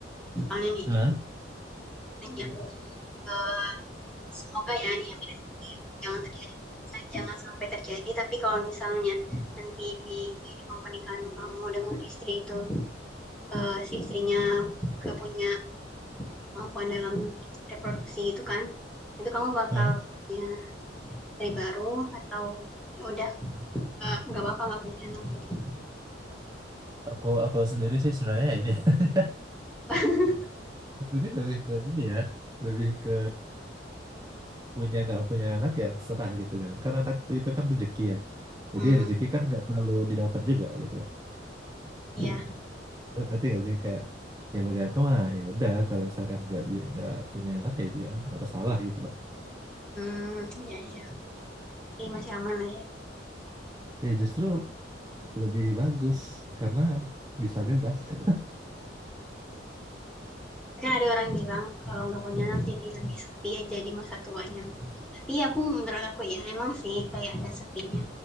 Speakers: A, in the centre; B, on the right.
A: misalnya nih
B: Hah?
A: nanya, eee, semoga ya ini yang tidak ya, jangan terjadi misalnya jangan sampai terjadi, tapi kalau misalnya nanti di kehidupan pernikahan kamu dengan istri itu, eee, si istrinya nggak punya kemampuan dalam reproduksi gitu kan, itu kamu bakal
B: Hah?
A: punya istri baru atau ya udah, eee, nggak apa-apa nggak punya anak gitu?
B: Aku aku sendiri sih sebenarnya ini. <laughs>
A: <laughs>
B: Sendiri lebih ke ini ya, lebih ke punya nggak punya anak ya terserah gitu kan kan anak itu kan rezeki ya jadi
A: Mmm,
B: rezeki kan nggak selalu didapat juga gitu loh
A: iya,
B: ngerti gak sih kayak ya bagi aku mah ya udah kalau misalkan nggak bi- nggak punya anak ya juga nggak masalah gitu loh
A: mmm, iya iya. Jadi masih aman lah ya.
B: ya justru lebih bagus karena bisa bebas <laughs>
A: Kan ada orang bilang kalau nggak punya anak jadi lebih sepi aja di masa tuanya. Tapi aku menurut aku ya emang sih kayak ada sepinya.